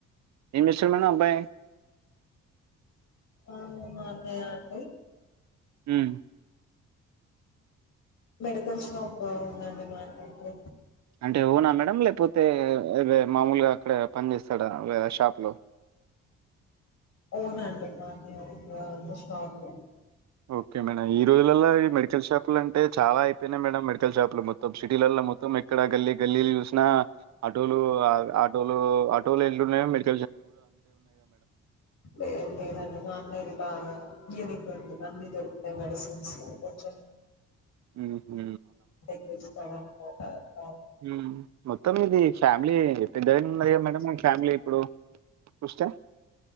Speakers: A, on the right; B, on the left.
A: ఏమ్ జేస్తాడు మేడం అబ్బాయ్
B: ఆ అదేంట
A: హ్మ్.
B: మెడికల్ షాప్ ఉందండి మా అన్నయ్ కి
A: అంటే ఓనా మేడం లేపోతే మామూలుగా అక్కడ పని చేస్తాడా షాప్ లో
B: ఓనండి మా అన్నయ్య షాప్
A: ఓకే మేడం ఈ రోజులలో ఈ మెడికల్ షాపులు అంటే చాలా అయిపోయినాయి మేడం మెడికల్ షాపులు మొత్తం సిటీలలో మొత్తం ఎక్కడ గల్లీ గల్లీలు చూసినా ఆటోలు ఆటోలు ఆటోలో వెల్లు <unintelligible>
B: లే లేదన్న నన్నదిద ఏనిక్ ఉంంటు నంద ఇది ఇరుతతే మెడిసిన్స్ కొ
A: హుహు.
B: <inaudible> <inaudible>
A: హమ్మ్ ఓకే తొమ్మిది ఫ్యామిలీ పెద్దదనా ఉన్న మేడం మా ఫ్యామిలీ ఇప్పుడు చూస్తే